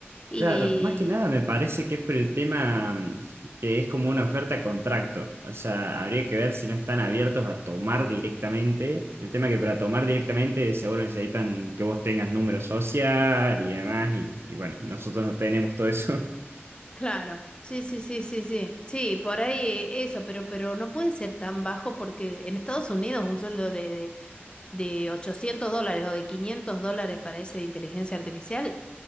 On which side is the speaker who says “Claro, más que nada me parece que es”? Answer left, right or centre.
Right